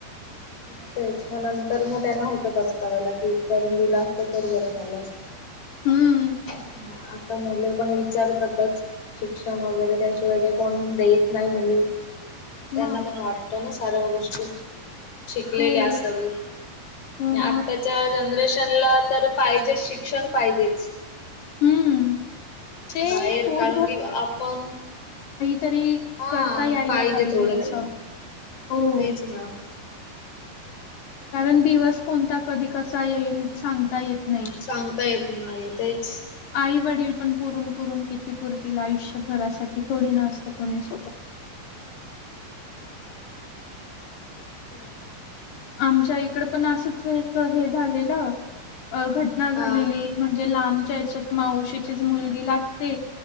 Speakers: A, on the left; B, on the left.
A: ह ना तेच मग नंतर मग त्यांना होतं पस्ताव्याला कि करून दिलं असतं तर बरं झालं असत
B: हं,
A: <unintelligible> आ मुले पण विचारतातच शिक्षण वगैरे त्याशिवाय काही कोण देत नाही मुली त्यांना
B: मग.
A: पण वाटतं ना सर्व गोष्टी शिकलेली
B: हो,
A: असावी
B: हो मग.
A: आताच्या जनरेशन म्हणलं तर पाहिजे शिक्षण पाहिजेच.
B: हं. ते
A: बाहेर
B: पोट
A: कारण कि आपण
B: तरी
A: हा
B: करता यायंला पाहिजे
A: थोडं काही
B: असं हो,
A: तेच ना.
B: कारण दिवस कोणता कधी कसा येईल सांगता येत नाही
A: सांगता येत नाही तेच
B: आई वडील पण पुरून
A: हा
B: पुरून किती कितीपुरतीला आयुष्यभरासाठी थोडी नास्त कोणीसोबत
A: तेच.
B: आमच्या इकडं पण असंच एक हे झालेलं अ घटना झालेली
A: हा
B: म्हणजे लांब च्यात मावशीची मुलगी लागते